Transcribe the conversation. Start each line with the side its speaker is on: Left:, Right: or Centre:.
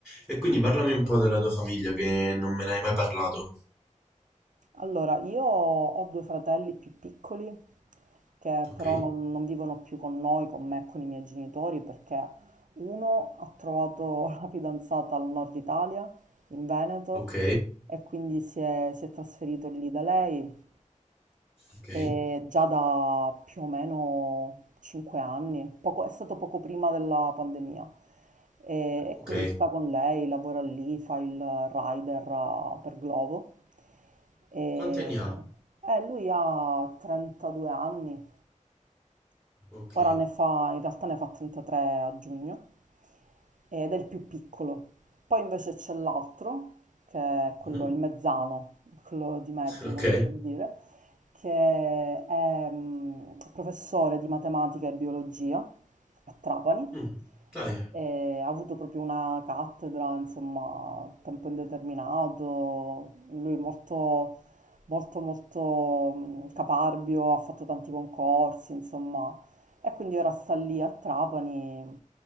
Centre: E quindi parlami un po' della tua famiglia che non me ne hai mai parlato.
Right: Allora, io ho due fratelli più piccoli che
Centre: Ok,
Right: però non, non vivono più con noi, con me e con i miei genitori, perché uno ha trovato <laughs> la fidanzata al nord Italia, in Veneto,
Centre: ok,
Right: e quindi si è, si è trasferito lì da lei
Centre: ok,
Right: e già da più o meno 5 anni, poco- è stato poco prima della pandemia e,
Centre: ok.
Right: e quindi sta con lei, lavora lì, fa il rider eh, per Glovo e
Centre: Quanti anni ha?
Right: eh, lui ha 32 anni,
Centre: Ok,
Right: Ora ne fa, in realtà ne fa 33 a giugno ed è il più piccolo. Poi invece c'è l'altro, che è quello,
Centre: mhm,
Right: il mezzano, quello di mezzo
Centre: ok.
Right: come si può dire, che è mm, professore di matematica e biologia a Trapani.
Centre: Mm, Dai,
Right: E ha avuto proprio una cattedra, insomma, a tempo indeterminato, lui molto, molto, molto mm, caparbio, ha fatto tanti concorsi, insomma, e quindi ora sta lì a Trapani,